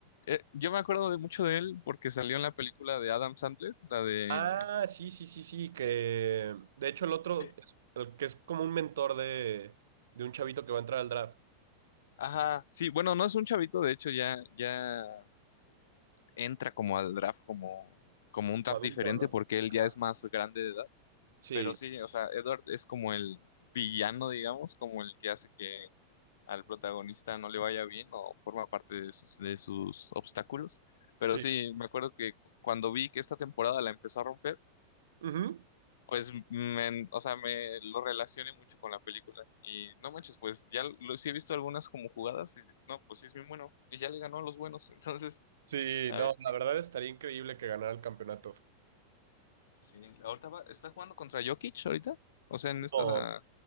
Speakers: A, on the left; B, on the right.
A: eh, yo me acuerdo de mucho de él porque salió en la película de Adam Sandler, la de...
B: Ah, sí, sí, sí, sí, que de hecho el otro,
A: Sí.
B: es- el que es como un mentor de, de un chavito que va a entrar al draft,
A: Ajá, sí, bueno, no es un chavito, de hecho ya, ya entra como al draft como, como un draft
B: como adulto,
A: diferente
B: ¿no?
A: porque él
B: Ajá.
A: ya es más grande de edad.
B: Sí,
A: Pero sí, o sea, Edward es como el villano, digamos, como el que hace que al protagonista no le vaya bien o forma parte de sus, de sus obstáculos. Pero
B: sí.
A: sí, me acuerdo que cu- cuando vi que esta temporada la empezó a romper,
B: Ujú.
A: pues, me, o sea, me lo relacioné mucho con la película. Y no manches, pues ya lo, sí he visto algunas como jugadas y no, pues sí es bien bueno. Y ya le ganó a los buenos. <laughs> Entonces,
B: Sí,
A: a
B: no,
A: ver,
B: la verdad estaría increíble que ganara el campeonato.
A: sí, ahorita va- está jugando contra Jokic ahorita. O sea, en esta...
B: No,